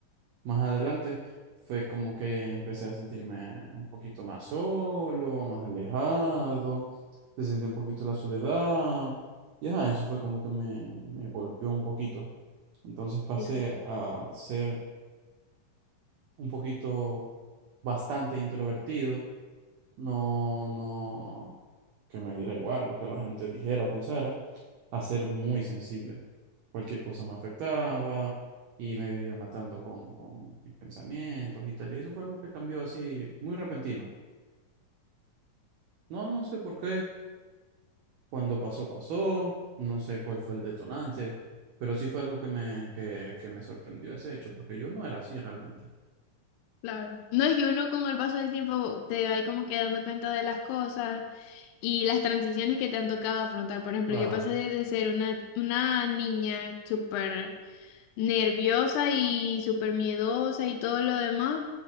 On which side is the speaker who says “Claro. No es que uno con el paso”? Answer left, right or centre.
Left